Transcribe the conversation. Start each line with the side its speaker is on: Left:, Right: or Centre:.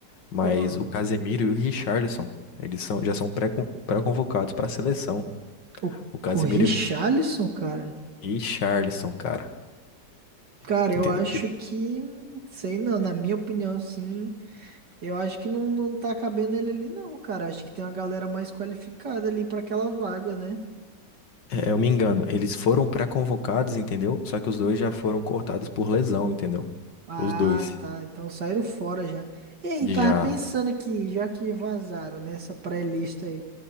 Left: mas
Right: Ó,
Left: o Casemiro e o Richarlison, eles são, já são pré- pré-convocados pra seleção.
Right: O,
Left: O Casemiro
Right: o Richarlison, cara.
Left: e o Richarlison, cara,
Right: Cara, eu
Left: entendeu?
Right: acho que. Sei não, na minha opinião, sim. Eu acho que não, não tá cabendo ele ali, não, cara. Acho que tem uma galera mais qualificada ali pra aquela vaga, né?
Left: É, eu me engano, eles foram pré-convocados, entendeu? Só que os dois já foram cortados por lesão, entendeu?
Right: Ah,
Left: Os dois
Right: tá. Então saíram fora já. Ei,
Left: já.
Right: tava pensando aqui, já que vazaram nessa pré-lista aí.